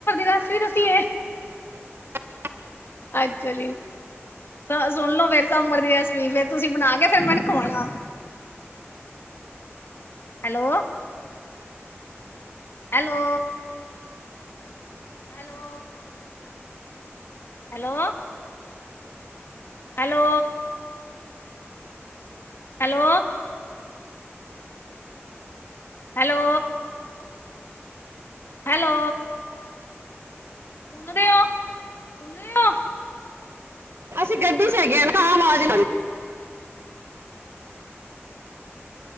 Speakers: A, on the left; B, on the right.
A: <unintelligible> ਦੱਸੀਏ।
B: <inaudible>
A: ਅੱਛਾ ਜੀ। ਸੁਣ ਲੋ ਫੇਰ ਸਾਂਬਰ ਦੀ ਰੈਸਪੀ ਫੇਰ ਤੁਸੀਂ ਬਣਾ ਕੇ ਫੇਰ ਮੈਨੂੰ ਖਵਾਉਣਾ। Hello hello. Hello. Hello. Hello. Hello. Hello. Hello, ਸੁਣਦੇ ਹੋ, ਸੁਣਦੇ ਹੋ।
B: ਅਸੀਂ ਗੱਡੀ ਚ ਹੈਗੇ ਆ। ਆਵਾਜ਼